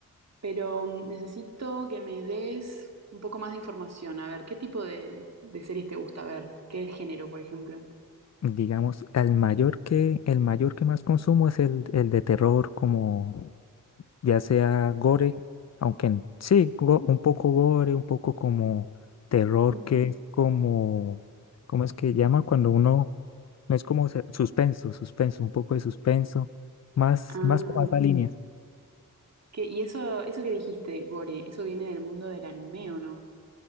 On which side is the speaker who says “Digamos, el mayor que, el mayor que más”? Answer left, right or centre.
Left